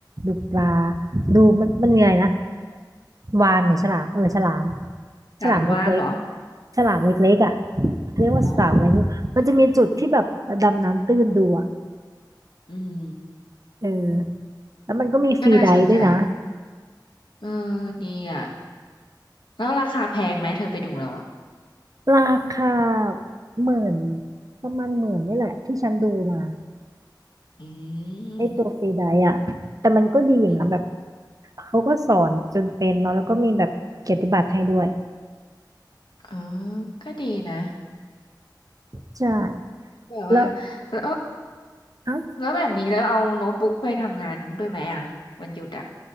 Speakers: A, on the right; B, on the left.
A: ดูปลาดูมันมันมีอะไรนะ
B: อืม
A: วาฬหรือฉลามเออฉลาม
B: กลามว่านเหรอ
A: ฉลามเล็กๆอะฉลามเล็กๆอ่ะเรียกว่าฉลามอะไรนี่มันจะมีจุดที่แบบดำน้ำตื้นดูอ่ะ
B: อ๋ออืม
A: เออแล้วมันก็มีฟรีไดฟ์ด้วยนะ
B: ก็น่าสนใจเออดีอ่ะแล้วราคาแพงไหมเธอไปดูแล้วอ่ะ
A: ราคาหมื่นประมาณหมื่นนี่แหละที่ฉันดูมา
B: อืม
A: ไอตัวฟรีไดอะแต่มันก็ดีอยู่นะแบบ
B: อืม
A: เขาก็สอนจนเป็นเนาะแล้วก็มีแบบเกียรติบัตรให้ด้วย
B: เออก็ดีนะ
A: ใช่
B: อืม แบบว่าแล้ว
A: แล้วเอ้า
B: แล้วแบบนี้แล้วเอาโน้ตบุ๊กไปทำงานด้วยไหมอ่ะวันหยุดอ่ะ